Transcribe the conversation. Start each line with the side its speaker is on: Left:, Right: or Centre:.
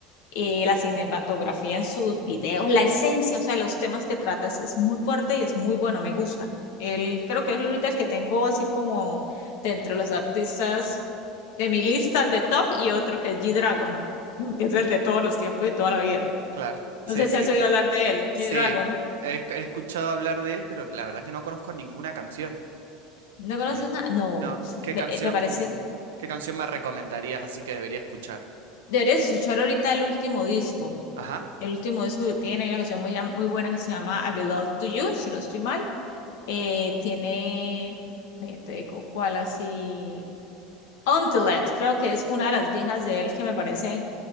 Left: eh, la cinematografía en sus videos, la esencia, o sea, los temas que tratas es muy fuerte y es muy bueno, me gusta. Él creo que es ahorita el que tengo así como de entre los artistas de mi lista de top y otro que es G-Dragon, <laughs> que es el de todos los tiempos y toda la vida.
Right: claro. Sí,
Left: No sé
Right: sí,
Left: si has oído hablar de él, G-Dragon.
Right: sí. He, he escuchado hablar de él, pero la verdad que no conozco ninguna canción.
Left: ¿No conoces
Right: Eh,
Left: nada? No,
Right: no, ¿qué
Left: me,
Right: canción,
Left: me parece.
Right: qué canción me recomendarías así que debería escuchar?
Left: Deberías escuchar ahorita el último disco.
Right: Ajá,
Left: El último disco que tiene, hay una canción muy, muy buena que se llama I Belong to You, si no estoy mal. Eh, tiene, ve, te digo, ¿cuál así? Untiled, creo que es una de las viejas de él que me parece